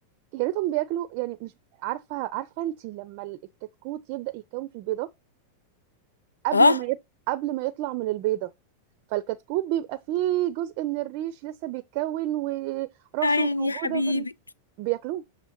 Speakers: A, on the right; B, on the left.
A: يا ريتهم بياكلوا يعني مش عارفه عارفه انت لما ال- الكتكوت يبدا يتكون في البيضه قبل
B: اه
A: ما يط... قبل ما يطلع من البيضه فالكتكوت بيبقى فيه جزء من الريش لسه بيتكون وراسه
B: يا عيني
A: موجوده
B: يا حبيبي
A: عشان بياكلوه